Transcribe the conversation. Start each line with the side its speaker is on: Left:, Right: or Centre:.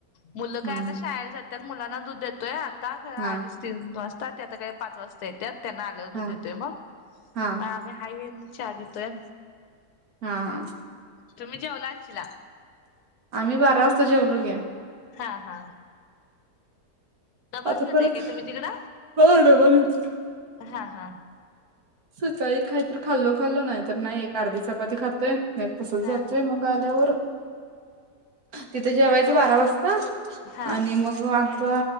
Left: मुलं काय
Right: हम्म
Left: आता
Right: हम्म
Left: शाळेला जातात मुलांना दूध देतोयत अडीच
Right: हा
Left: तीन वाजताात त्याता काही पाच वाजता येतात त्यांना आल्या दूध
Right: हा
Left: देतोय मग
Right: हा
Left: मग आम्ही हाई वें चार देतोय
Right: हा हा
Left: तुम्ही जेवलाचला
Right: आम्ही बारा वाजता जेवलो की.
Left: हा हा तपासण्यात
Right: आता परत
Left: आहे काय तुम्ही तिकडं
Right: बघ डबा नंतर
Left: हा हा
Right: सकाळी खाय तर खाल्लो खाल्लो नाय तर नाय एक अर्धी चपाती खातोय. नाय तसच
Left: हा
Right: जातय मग आल्यावर तिथं जेवायचं बारा वाज <unintelligible>
Left: हा
Right: आणि मग मी आता